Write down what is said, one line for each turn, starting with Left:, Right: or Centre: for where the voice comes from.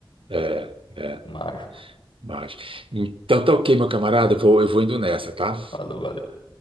Right: É. é.
Left: mágico,
Right: Mas, então tá ok, meu camarada, eu vou, eu vou indo nessa, tá?
Left: falou, valeu.